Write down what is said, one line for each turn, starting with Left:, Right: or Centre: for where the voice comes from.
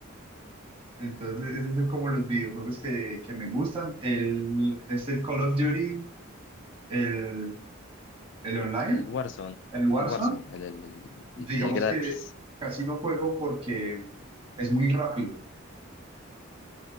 Right: Entonces, esos son como los videojuegos que, que me gustan. El, es el Call of Duty, el, el online,
Left: el Warzone,
Right: el Warzone.
Left: el Warzone, el, el-
Right: Digamos
Left: el- el gratis.
Right: que casi no juego porque es muy rápido.